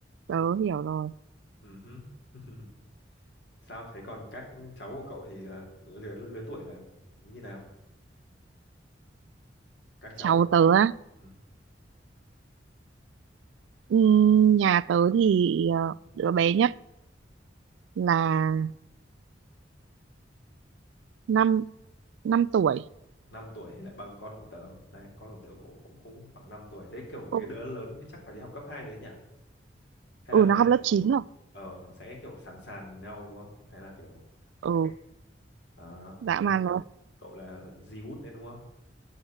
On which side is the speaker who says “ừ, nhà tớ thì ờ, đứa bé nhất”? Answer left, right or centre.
Right